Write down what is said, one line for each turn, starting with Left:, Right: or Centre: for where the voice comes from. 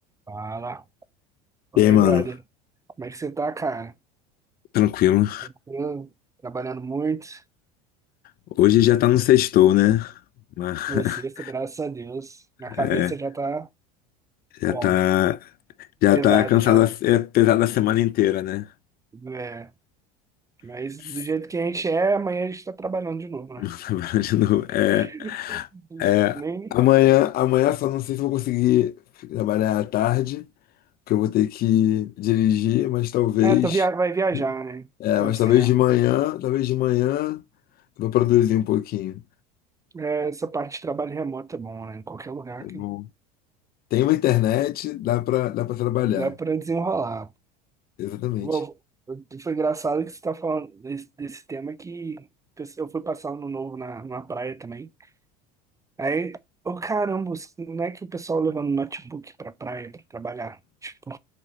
Right: Fala. Fala
Left: E aí,
Right: aí,
Left: mano?
Right: brother. Como é que você tá, cara?
Left: Tranquilo.
Right: Tranquilo? Trabalhando muito?
Left: Hoje já tá no sextou, né? Mas, <laughs>
Right: Você, graças a Deus. Minha cabeça
Left: é,
Right: já tá
Left: já
Right: como?
Left: tá, já
Right: Pesada
Left: tá cansado
Right: já.
Left: é pesada a semana inteira, né?
Right: É. Mas
Left: <laughs>
Right: do jeito que a gente é, amanhã a gente tá trabalhando de novo, né?
Left: Trabalhando de novo. É,
Right: <laughs>
Left: é,
Right: Nem...
Left: amanhã, amanhã só não sei se vou conseguir trabalhar à tarde, porque eu vou ter que dirigir, mas talvez,
Right: Ah, tô via... vai viajar, né?
Left: é,
Right: Tá
Left: mas
Right: certo.
Left: talvez de manhã, talvez de manhã eu vou produzir um pouquinho.
Right: É, essa parte de trabalho remoto é bom, né? Em qualquer lugar
Left: É
Right: que
Left: bom. Tem uma internet, dá pra, dá pra trabalhar.
Right: dá pra desenrolar.
Left: Exatamente.
Right: Eu vou- eu- Foi engraçado que você tá falando desse, desse tema que eu fui passar ano novo na, na praia também. Aí, ô caramba, os- não é que o pessoal levando notebook pra praia pra trabalhar? Tipo,